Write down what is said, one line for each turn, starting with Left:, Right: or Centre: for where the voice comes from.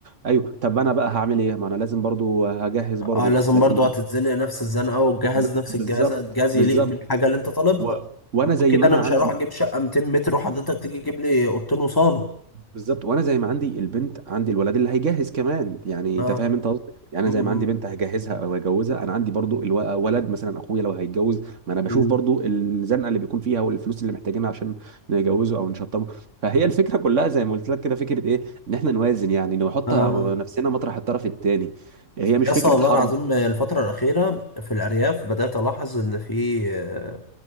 Right: ايوه طب انا بقى هعمل ايه ما انا لازم برضو هجهز
Left: اه
Right: برضو
Left: لازم
Right: لازم
Left: برضه هتتزنق نفس الزنقة والجهاز
Right: ب...
Left: نفس
Right: بالظبط
Left: الجهاز الجهاز
Right: بالظبط
Left: يليق بالحاجة اللي انت طالبها
Right: و... وانا
Left: ما
Right: زي
Left: هو كده
Right: ما انا
Left: انا مش
Right: عندي
Left: هروح اجيب شقة 200 متر وحضرتك تيجي تجيب لي اوضتين وصالة
Right: بالظبط وانا زي ما عندي البنت عندي الولد اللي هيجهز كمان يعني
Left: اه
Right: انت فاهم انت قصدي يعني
Left: امم
Right: أنا زي ما عندي بنت هجهزها او هجوزها انا عندي برضو الو... ولد مثلا اخويا لو هيتجوز ما انا بشوف
Left: امم
Right: برضو الزنقه اللي بيكون فيها والفلوس اللي محتاجينها عشان نجوزه او نشطبه فهي الفكره كلها زي ما قلت لك كده فكره ايه ان احنا نوازن يعني نحط
Left: اه
Right: نفسنا مطرح الطرف الثاني هي مش
Left: يا
Right: فكره
Left: اسطى والله
Right: حرب
Left: العظيم الفترة الأخيرة في الأرياف بدأت ألاحظ إن في آه،